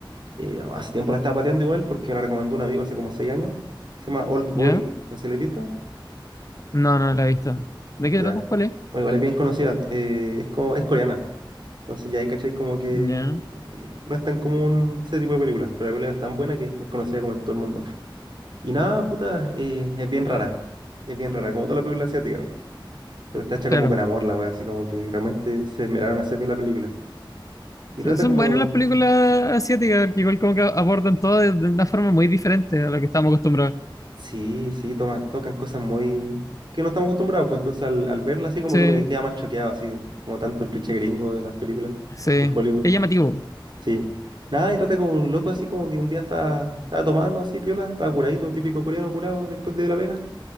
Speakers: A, on the right; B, on the left.
A: eh, hace tiempo la estaba pateando igual porque me la recomendó un amigo hace como seis años, se llama Old Boy,
B: ¿Ya?
A: no sé si la he visto.
B: No, no la he visto. ¿De
A: Ya,
B: qué tratas, cuál es?
A: bueno, igual es bien conocida, eh, es, como, es coreana, entonces ya ahí cachai como que
B: Ya,
A: mm, no es tan común ese tipo de películas, pero la película es tan buena que es conocida como en todo el mundo. Y nada, puta, eh, es bien rara. Es bien rara, como toda la película asiática. po. Pero está hecha
B: claro.
A: como con amor la wea, así como que realmente se esmeraron a hacer bien la película. Y
B: Son
A: trata
B: son
A: como.
B: buenas las películas asiáticas, porque igual como que abordan todo de, de una forma muy diferente a lo que estamos acostumbrados.
A: Sí, sí, toman, tocan cosas muy. que no estamos acostumbrados, pues entonces al, al verla así como
B: Sí,
A: que uno que queda más choqueado, así como tanto el cliché gringo de las películas
B: sí.
A: de Hollywood.
B: Es llamativo.
A: Sí. Nada, y trata como un loco así como que un día estaba, estaba tomando así, piola, estaba curadito, típico coreano curado después de la pega,